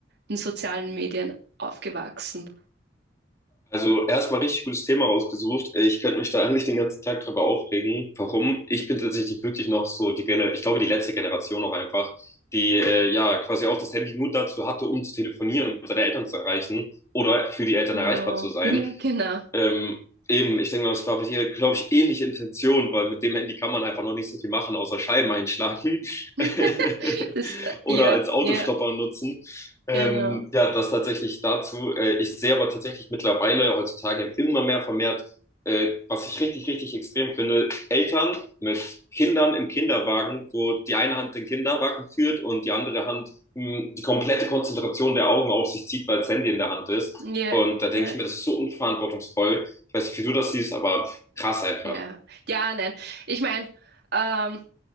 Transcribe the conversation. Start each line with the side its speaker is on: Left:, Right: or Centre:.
Right: den sozialen Medien aufgewachsen?
Left: Also erstmal richtig gutes Thema rausgesucht. Äh, Ich könnte mich da eigentlich den ganzen Tag drüber aufregen. Warum? Ich bin tatsächlich wirklich noch so die Gener ich glaube die letzte Generation auch einfach, die äh, ja quasi auch das Handy nur dazu hatte, um zu telefonieren, um seine Eltern zu erreichen oder für die Eltern
Right: Genau.
Left: erreichbar zu sein.
Right: Ja, genau.
Left: Ähm, eben, ich denke mal, das war bei dir, glaube ich, ähnliche Intention, weil mit dem Handy kann man einfach noch nicht so viel machen, außer Scheiben einschlagen
Right: <laughs>
Left: <laughs>
Right: Das, äh,
Left: oder
Right: ja,
Left: als Autostopper
Right: ja,
Left: nutzen. Ähm,
Right: genau.
Left: ja, das tatsächlich dazu. Äh, ich sehe aber tatsächlich mittlerweile heutzutage immer mehr vermehrt, äh, was ich richtig, richtig extrem finde, Eltern mit Kindern im Kinderwagen, wo die eine Hand den Kinderwagen führt und die andere Hand mh, die komplette Konzentration der Augen auf sich zieht, weil das Handy in der Hand ist.
Right: Ja,
Left: Und da denke
Right: äh,
Left: ich mir, das ist so unverantwortungsvoll. Ich weiß nicht, wie du das siehst, aber krass einfach.
Right: ja. Ja, nein. Ich meine, ähm,